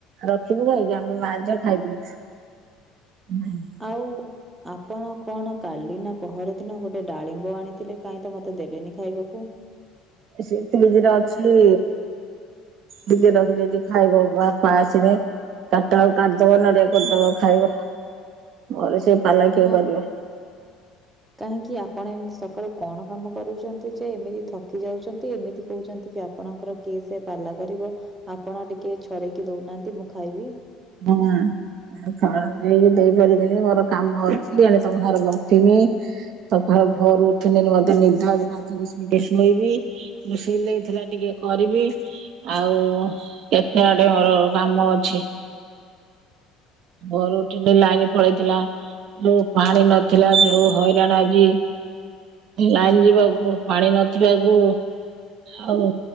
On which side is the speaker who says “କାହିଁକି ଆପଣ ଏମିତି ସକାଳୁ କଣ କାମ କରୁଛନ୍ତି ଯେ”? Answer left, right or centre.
Right